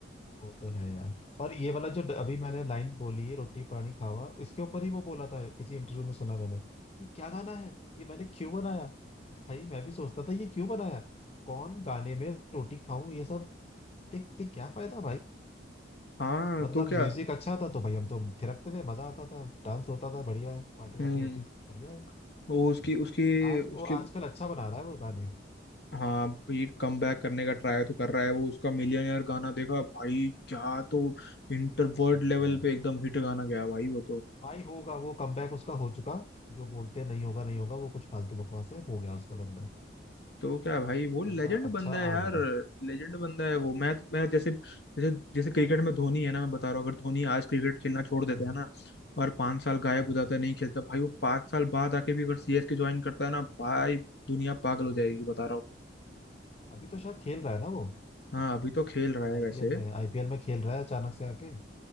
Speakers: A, on the left; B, on the left.
A: वो तो है यार और ये वाला जो ड- अभी मैंने लाइन बोली रोटी पानी खावा इसके ऊपर ही वो बोला था किसी इंटरव्यू में सुना मैंने ये क्या गाना है ये मैंने क्यों बनाया भाई मैं भी सोचता था ये क्यों बनाया कौन गाने में रोटी खाऊं ये सब देख के क्या फायदा भाई
B: हाँ
A: मतलब
B: तो क्या
A: म्यूजिक अच्छा था तो भाई हम तो थिरकते थे मजा आता था डांस होता था बढ़िया पार्टी
B: हम्म
A: वार्टी होती थी बढ़िया है
B: वो उसकी उसकी
A: आज
B: उसकी
A: वो आजकल अच्छा बना रहा है वो गाने
B: हाँ भाई कम बैक करने का ट्राई तो कर रहा है वो उसका मिलियनेयर गाना देखा भाई क्या तो
A: हाँ,
B: इंटर
A: जोरदार
B: वर्ल्ड लेवल पे एकदम हिट गाना गया भाई वो तो
A: भाई होगा वो कमबैक उसका हो चुका जो बोलते हैं नहीं होगा नहीं होगा वो कुछ फालतू बकवास है हो गया उसका कमबैक
B: तो क्या भाई वो लेजेंड
A: बंदा अच्छा
B: बंदा
A: आ
B: है यार
A: गया
B: लेजेंड बंदा है वो मैं तो मैं जैसे जैसे जैसे क्रिकेट में धोनी है ना मैं बता रहा हूँ अगर धोनी आज क्रिकेट खेलना छोड़
A: हम्म
B: देता है ना और पाँच साल गायब
A: हाँ,
B: हो जाता है नहीं खेलता भाई वो पाँच साल बाद आके भी अगर सीएसके ज्वाइन करता है ना भाई दुनिया पागल
A: हाँ।
B: हो जाएगी बता रहा हूँ
A: अभी तो शायद खेल रहा है ना वो
B: हाँ अभी तो खेल रहा है
A: आईपीएल
B: वैसे
A: में आईपीएल में खेल रहा है अचानक से आके